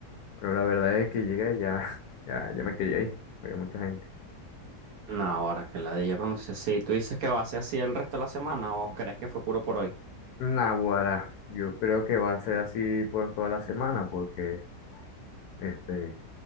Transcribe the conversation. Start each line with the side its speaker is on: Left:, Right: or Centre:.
Left: Pero la verdad es que llegué y ya, <laughs> ya, ya me quería ir. Había mucha gente.
Right: No, ahora que la de ella cuando sea así. ¿Tú dices que va a ser así el resto de la semana o crees que fue puro por hoy?
Left: Naguará, yo creo que va a ser así por toda la semana porque este,